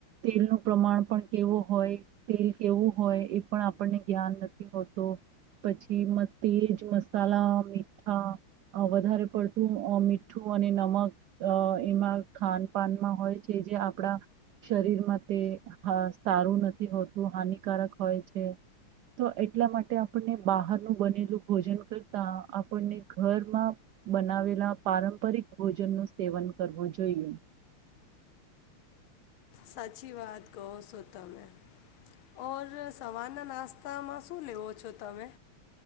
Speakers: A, on the right (about 85°); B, on the left (about 75°).
A: તેલનું પ્રમાણ પણ કેવું હોય તેલ કેવું હોય એ પણ આપણને જ્ઞાન ન થી હોતો પછી તેજ મસાલા મીઠા અહ વધારે પડતું અહ મીઠું અને નમક અહ એમાં ખાન પાાનમાં હોય છે જે આપડા શરીરમાં તે હા સારું નથી હોતું હાનિકારક હોય છે. તો એટલા માટે આપણને બહારનું બનેલું ભોજન કરતા આપણને ઘરમાં બનાવેલા પારંપરિક ભોજનનું સેવન કરવું જોઈએ.
B: સાચી વાત કહો સો તમે. ઓર સવારના નાસ્તામાં શું લેવો છો તમે?